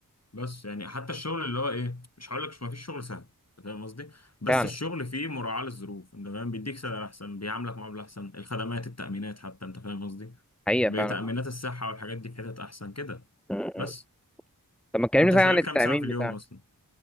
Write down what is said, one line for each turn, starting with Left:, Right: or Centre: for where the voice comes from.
Left: بس يعني حتى الشغل اللي هو ايه مش هقول لك ما فيش شغل سهل أنت فاهم قصدي بس
Centre: فعلا
Left: الشغل فيه مراعاة للظروف انت فاهم بيديك سعر احسن بيعاملك معاملة احسن الخدمات التأمينات حتى انت فاهم قصدي
Centre: حقيقة
Left: بتأمينات
Centre: فعلا
Left: الصحة والحاجات دي في حتت احسن كده
Centre: مم.
Left: بس
Centre: مم. طب ما تكلمني
Left: انت
Centre: صحيح
Left: شغال
Centre: عن التأمين
Left: كام ساعة في اليوم
Centre: بتاعك
Left: اصلا